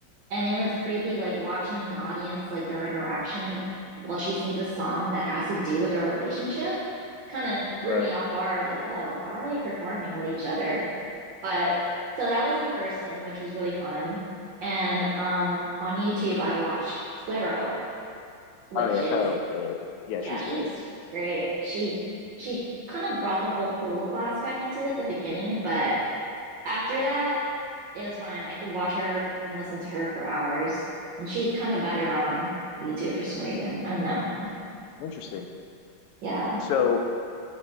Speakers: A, on the right; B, on the left.
A: and it was crazy like watching in the audience like their interaction while she sings a song that has to do with their relationship. Kind of threw
B: Or,
A: me off guard, like, oh, how are they performing with each other? But so that was in person, which was really fun. And um on YouTube I watched Clairo, which
B: oh yeah,
A: is
B: Kyle's great. Yeah,
A: yeah,
B: she's
A: she's
B: great.
A: great. She she kind of brought the whole political aspect into it at the beginning, but after that, it was fine. I could watch her and listen to her for hours. And she's kind of better on YouTube for some reason. I don't know.
B: Interesting.
A: Yeah.
B: So